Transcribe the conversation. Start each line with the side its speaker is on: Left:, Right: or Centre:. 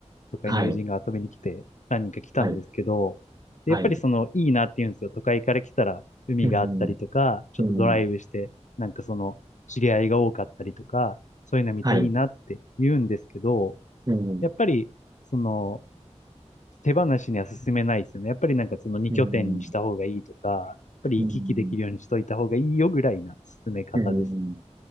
Left: 都会の友人が遊びに来て、
Right: はい、
Left: 何人か来たんですけど、
Right: はい、
Left: でやっぱりその、
Right: はい。
Left: いいなって言うんですよ。都会から来たら、海があったりとか、
Right: うん、
Left: ちょっとドライブして、
Right: うん、
Left: なんかその、知り合いが多かったりとか、そういうの見ていいなって言うんですけど、
Right: はい、うん、
Left: やっぱり、その、手放しには進めないですよね。やっぱりなんかその2拠点にした方がいいとか、
Right: うん、
Left: やっぱり行き来できるようにしといた方がいいよぐらいな進め方ですね。
Right: うん、うん。